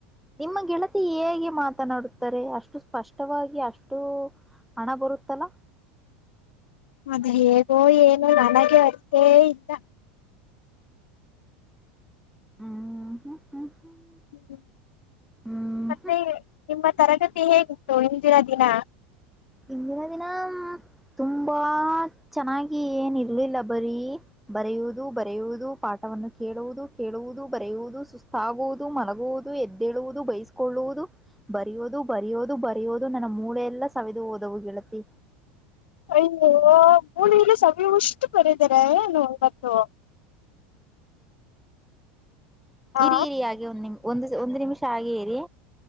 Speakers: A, in the centre; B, on the left.
A: ನಿಮ್ಮ ಗೆಳತಿ ಹೇಗೆ ಮಾತನಾಡುತ್ತಾರೆ ಅಷ್ಟು ಸ್ಪಷ್ಟವಾಗಿ ಅಷ್ಟೂ. ಹಣ ಬರುತ್ತಲಾ.
B: ಅದು ಹೇಗೋ ಏನು ನನಗೆ ಅರ್ತೇ ಇಲ್ಲ.
A: ಹ್ಮ ಹ ಹ ಹ್ಮ್
B: ಹ್ಮ್
A: ಹ್ಮ್
B: ಮತ್ತೆ ನಿಮ್ಮ ತರಗತಿ ಹೇಗಿತ್ತು ಇಂದಿನ ದಿನ.
A: ಇಂದಿನ ದಿನ ತುಂಬಾ ಚೆನ್ನಾಗಿ ಏನ್ ಇರ್ಲಿಲ್ಲ ಬರೀ. ಬರೆಯುವುದು ಬರೆಯುವುದು ಪಾಠವನ್ನು ಕೇಳುವುದು ಕೇಳುವುದು ಬರೆಯುವುದು ಸುಸ್ತ್ ಸ್ತಾಗುವುದು ಮಲಗುವುದು ಎದ್ದೇಳುವುದು ಬೈಸ್ಕೊಳ್ಳುವುದು. ಬರಿಯೋದು ಬರಿಯೋದು ಬರಯೋದು ನನ್ನ ಮೂಳೆಲ್ಲ ಸವಿದು ಹೋದವು ಗೆಳತಿ.
B: ಅಯ್ಯೋ ಮೂಳೆಇಲ್ಲಿ ಸವಿಯುವಷ್ಟು ಬರಿದಿರಾ ಏನು ಇವತ್ತು. ಆ
A: ಇರಿ ಇರಿ ಹಾಗೆ ಒಂದ್ ನಿಮ್ ಒಂದು ಒಂದು ನಿಮಿಷ ಹಾಗೆ ಇರಿ.